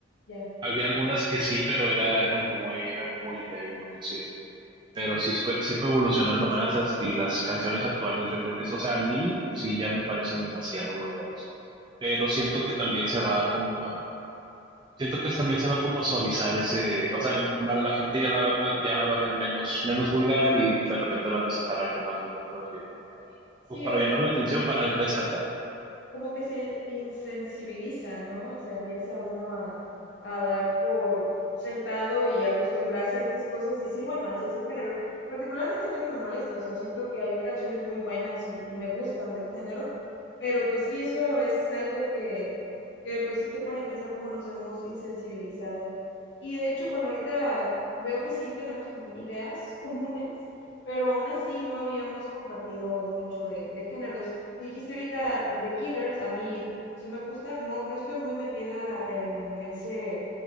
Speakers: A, on the left; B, on the right.
A: Ya.
B: Había algunas que sí, pero era, era muy, era muy leve lo que hacían. Pero sí fue, sí fue evolucionando más as- y las canciones actuales yo creo que es, o sea, a mí sí ya me parecen demasiado vulgares, pero siento que también se va como a, siento que también se va como a suavizar ese, o sea, va- la gente ya la va, pa- ya la va a ver menos, menos vulgar y de repente van a sacar algo más vulgar todavía como para,
A: Sí,
B: pues para
A: o
B: llamar
A: sea,
B: la atención, para destacar.
A: como que se insensibiliza, ¿no? O sea, empieza uno a, a dar por sentado y acostumbrarse a estas cosas y decir, bueno, así es el género. Particularmente a mí no me molesta, o sea, siento que hay canciones muy buenas y, y me gustan del género, pero pues sí, eso es algo que, que pues sí te pone a pensar cómo nos hemos insensibilizado. Y de hecho, bueno, ahorita veo que sí tenemos como ideas <laughs> comunes, pero aún así no habíamos compartido mucho de, de géneros. Dijiste ahorita The Killers, a mí sí me gusta, no, no estoy muy metida en ese, eh,